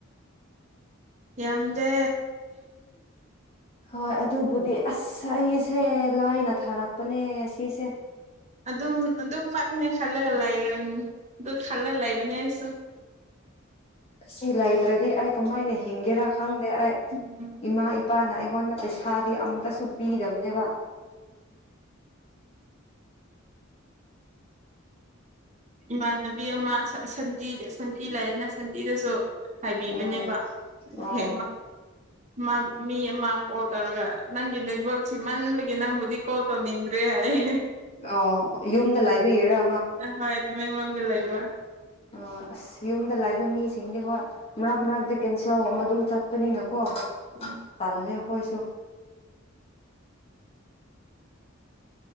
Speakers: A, on the right; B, on the left.
A: ꯌꯗꯦ
B: ꯍꯣꯏ ꯑꯗꯨꯕꯨꯗꯤ ꯑꯁ ꯑꯩꯁꯦ ꯂꯥꯏꯅ ꯊꯥꯔꯛꯄꯅꯦ ꯑꯁꯤꯁꯦ
A: ꯑꯗꯨꯝ ꯑꯗꯨꯝꯃꯛꯅꯦ ꯈꯜꯂꯒ ꯂꯩ ꯑꯗꯨ ꯈꯜꯂꯒ ꯂꯩꯕꯅꯦ ꯑꯩꯁꯨ
B: ꯁꯤ ꯂꯩꯇ꯭ꯔꯗꯤ ꯑꯩ ꯀꯃꯥꯏꯅ ꯍꯤꯡꯒꯦꯔꯥ ꯈꯪꯗꯦ ꯑꯩ
A: ꯎꯝ
B: ꯏꯃꯥ ꯏꯄꯥꯅ ꯑꯩꯉꯣꯟꯗ ꯄꯩꯁꯥꯗꯤ ꯑꯝꯇꯁꯨ ꯄꯤꯗꯕꯅꯦꯕ
A: ꯏꯃꯥꯟꯅꯕꯤ ꯑꯃ ꯁꯟ ꯁꯟꯊꯤ ꯂꯅ ꯁꯟꯙꯤꯗꯁꯨ ꯍꯥꯏꯕꯤꯕꯅꯦꯕ
B: ꯎꯝ
A: ꯑꯣꯍꯦ
B: ꯑꯣ
A: ꯃꯥ ꯃꯤ ꯑꯃ ꯀꯣꯜ ꯇꯧꯔꯒ ꯅꯪꯒꯤ ꯅꯦꯠꯋꯥꯛꯛꯁꯤ ꯃꯟꯕꯒꯤ ꯅꯪꯕꯨꯗꯤ ꯀꯣꯜ ꯇꯧꯅꯤꯡꯗ꯭ꯔꯦ ꯑꯩ
B: ꯑꯣ ꯌꯨꯝꯗ ꯂꯥꯏꯕꯤ ꯏꯔ
A: ꯑꯍꯣꯏ ꯇꯃꯦꯡꯂꯣꯡꯗ ꯂꯩꯕ꯭ꯔ
B: ꯑꯣ ꯑꯁ ꯌꯨꯝꯗ ꯂꯥꯛꯕ ꯃꯤꯁꯤꯡꯗꯤ ꯍꯣꯏ ꯃꯔꯛ
A: ꯎꯝ
B: ꯃꯔꯛꯇ ꯀꯦꯟꯁꯦꯜ ꯑꯃ ꯑꯗꯨꯝ ꯆꯠꯄꯅꯤꯅ ꯀ
A: ꯎꯝ
B: ꯇꯜ ꯀꯣꯏꯁꯨ